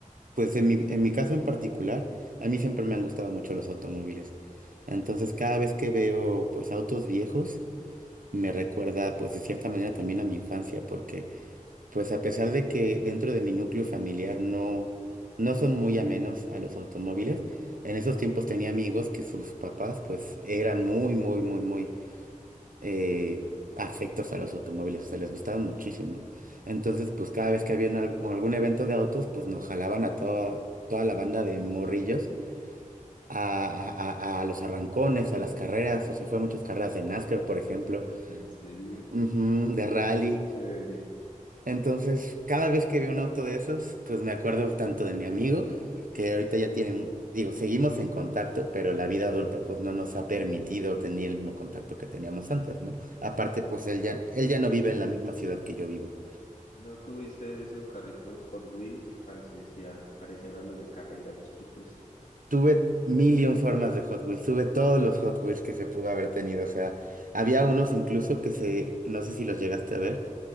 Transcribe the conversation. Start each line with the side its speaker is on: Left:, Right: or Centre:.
Left: sí.
Right: Pues en mi, en mi caso en particular, a mí siempre me han gustado mucho los automóviles. Entonces cada vez que veo pues autos viejos, me recuerda pues de cierta manera también a mi infancia, porque... Pues a pesar de que dentro de mi núcleo familiar no, no son muy amenos a los automóviles, en esos tiempos tenía amigos que sus papás pues eran muy, muy, muy, muy eh, afectos a los automóviles, o sea, les gustaban muchísimo. Entonces pues cada vez que había al- algún evento de autos pues nos jalaban a toda, toda la banda de morrillos a, a- a- a los arrancones, a las carreras, o sea, fue a muchas carreras de NASCAR,
Left: <laughs>
Right: por ejemplo,
Left: En serio,
Right: ujú, de rally.
Left: qué chévere.
Right: Entonces, cada vez que veo un auto de esos, pues me acuerdo tanto de mi amigo, que ahorita ya tiene, digo, seguimos en contacto, pero la vida adulta pues no nos ha permitido tener el mismo contacto que teníamos antes, ¿no? Aparte, pues
Left: Claro.
Right: él ya, él ya no vive en la misma ciudad que yo vivo.
Left: ¿No tuviste esos carritos Hot Wheels que parecía- parecían a los de carreras chiquitos?
Right: Tuve mil y un formas de Hot Wheels, tuve todos los Hot Wheels que se pudo haber tenido, o sea, había unos incluso que se, no sé si los llegaste a ver,